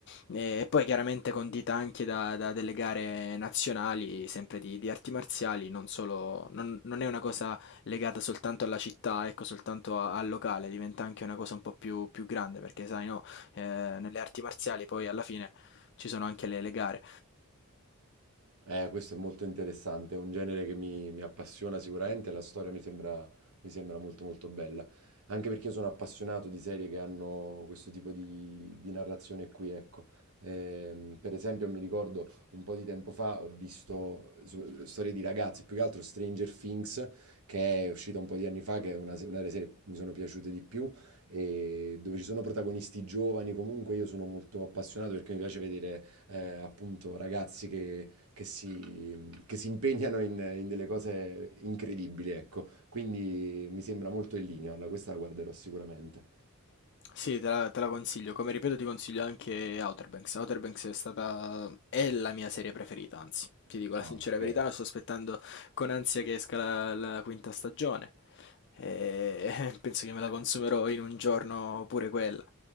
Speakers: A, on the left; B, on the right.
A: E poi chiaramente condita anche da, da delle gare nazionali, sempre di, di arti marziali, non solo, non, non è una cosa legata soltanto alla città, ecco, soltanto a- al locale, diventa anche una cosa un po' più, più grande, perché sai, no, eh, nelle arti marziali poi alla fine ci sono anche le le gare.
B: Eh, questo è molto interessante, è un genere che mi, mi appassiona sicuramente, la storia mi sembra, mi sembra molto molto bella, anche perché io sono appassionato di serie che hanno questo tipo di, di narrazione qui, ecco. Ehm, per esempio mi ricordo un po' di tempo fa ho visto su- storie di ragazzi, più che altro Stranger Things, che è uscita un po' di anni fa, che è una, se- una delle serie che mi sono piaciute di più, e dove ci sono protagonisti giovani, comunque io sono molto appassionato perché mi piace vedere eh, appunto ragazzi che che si, che si impegnano in, in delle cose incredibili, ecco. Quindi mi sembra molto in linea, la- questa la guarderò sicuramente.
A: Sì, te la, te la consiglio. Come ripeto, ti consiglio anche Outer Banks. Outer Banks è stata, è la mia serie preferita, anzi, ti dico la
B: Ah,
A: sincera
B: ok.
A: verità, la sto aspettando con ansia che esca la, la quinta stagione. E <laughs> penso che me la consumerò in un giorno pure quella.